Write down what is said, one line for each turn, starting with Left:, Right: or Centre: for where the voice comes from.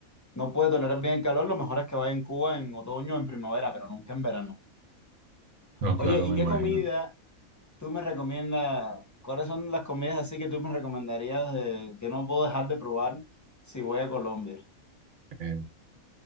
Left: no puede tolerar bien el calor, lo mejor es que vaya en Cuba en otoño o en primavera, pero nunca en verano.
Right: No,
Left: Oye,
Right: claro,
Left: ¿y
Right: me
Left: qué
Right: imagino.
Left: comida tú me recomiendas, ¿cuáles son las comidas así que tú me recomendarías de- que no puedo dejar de probar si voy a Colombia?
Right: Eh,